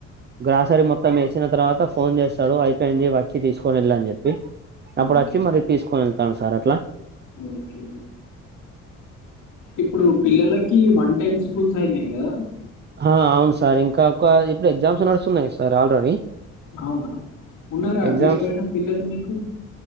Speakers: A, on the right; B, on the left.
A: గ్రాసరీ మొత్తం వేసిన తర్వాత ఫోన్ చేస్ డు అయిపోయింది వచ్చి తీసుకొని వెెళ్ళని చెప్పి అప్పుడు
B: ఓకే.
A: వచ్చి మరీ తీసుకొని వెళ్తాను సార్ అట్లా
B: ఓకే. ఇప్పుడు పిల్లలకి వన్ టైమ్ స్కూల్స్ అయినాయి కదా
A: ఆ అవును సార్ ఇంకా ఒక ఇప్పుడు ఎగ్జామ్స్ నడుస్తున్నాయి సార్ ఆల్రెడీ
B: అవునా ఉన్నారా అండి
A: ఎగ్జామ్స్
B: ఎవరైనా పిల్లలు మీకు